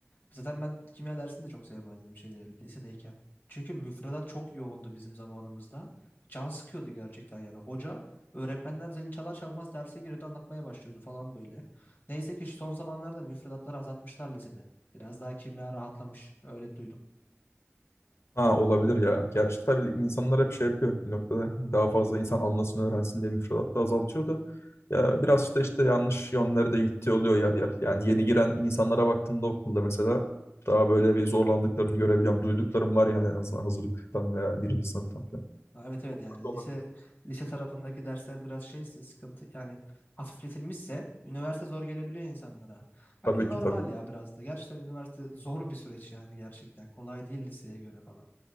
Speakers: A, on the left; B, on the left.
A: Zaten ben kimya dersini de çok sevmezdim şeyde lisedeyken. Çünkü müfredat çok yoğundu bizim zamanımızda. Can sıkıyordu gerçekten yani. Hoca öğretmenler zili çalar çalmaz derse giriyordu anlatmaya başlıyordu falan böyle. Neyse ki şu son zamanlarda müfredatları azaltmışlar lisede. Biraz daha kimya rahatlamış öyle duydum.
B: Ha olabilir ya. Gerçi tabii insanlar hep şey yapıyor bir noktada. Daha fazla insan anlasın, öğrensin diye müfredatta azaltıyor da ya biraz da işte yanlış yönlere de gittiği oluyor yer yer. Yani yeni giren insanlara baktığında okulda mesela daha böyle bir zorlandıklarını görebiliyorum. Duyduklarım var yani en azından hazırlıktan veya birinci sınıftan falan.
A: Ha, Evet evet yani
B: Olabilir.
A: lise lise tarafındaki dersler biraz şeyse sıkıntı yani hafifletilmişse üniversite zor gelebiliyor insanlara. Ha
B: Tabii
A: bir de normal
B: ki tabii.
A: ya biraz da. Gerçekten üniversite zor bir süreç yani gerçekten. Kolay değil liseye göre falan.